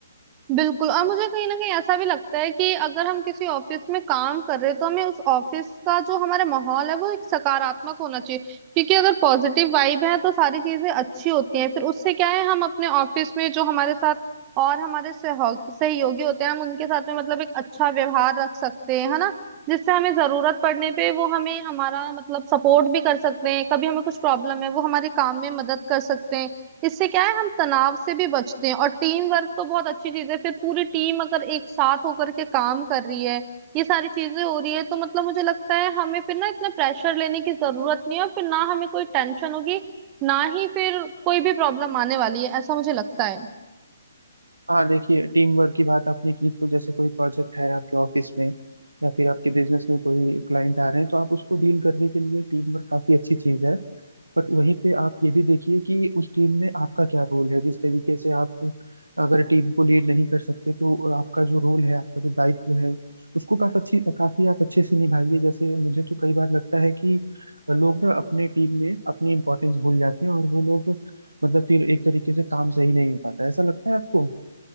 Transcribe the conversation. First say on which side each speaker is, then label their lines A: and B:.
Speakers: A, on the right; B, on the right.
A: बिल्कुल और मुझे कहीं ना कहीं ऐसा भी लगता है कि अगर हम किसी ऑफिस में काम कर रहे हैं तो हमें उस ऑफिस का जो हमारा माहौल है वो एक सकारात्मक होना चाहिए क्योंकि अगर पॉजिटिव वाइब है तो सारी चीजें अच्छी होती हैं फिर उससे क्या है हम अपने ऑफिस में जो हमारे साथ और हमारे सहयोग- सहयोगी होते हैं हम उनके साथ में मतलब एक अच्छा व्यवहार रख सकते हैं है ना जिससे हमें जरूरत पड़ने पे वो हमें हमारा मतलब सपोर्ट भी कर सकते हैं कभी हमें कुछ प्रॉब्लम है वो हमारे काम में मदद कर सकते हैं इससे क्या है हम तनाव से भी बचते हैं और टीम वर्क तो बहुत अच्छी चीज है फिर पूरी टीम अगर एक साथ होकर के काम कर रही है ये सारी चीजें हो रही है तो मतलब मुझे लगता है हमें फिर ना इतना प्रेशर लेने की जरूरत नहीं है और फिर ना हमें कोई टेंशन होगी ना ही फिर कोई भी प्रॉब्लम आने वाली है ऐसा मुझे लगता है
B: हाँ देखिए टीम वर्क की बात आपने की तो जैसे कोई प्रोजेक्ट है आपके ऑफिस में या फिर आपके बिजनेस में कोई क्लाइंट आ रहे हैं तो आप उसको डील करने के लिए टीम वर्क काफी अच्छी चीज है बट वहीं पे आप ये भी देखिए कि उस टीम में आपका क्या रोल है जिस तरीके से आप अगर टीम को लीड नहीं कर सकते तो आपका जो रोल है आपका जो दायित्व है उसको काफी अच्छी काफी आप अच्छे से निभाइए जैसे मुझे तो कई बार लगता है कि लोग ना अपने टीम में अपनी इंपॉर्टेंस भूल जाते हैं और वो लोग मतलब फिर एक तरीके से काम सही नहीं हो पाता है। ऐसा लगता है आपको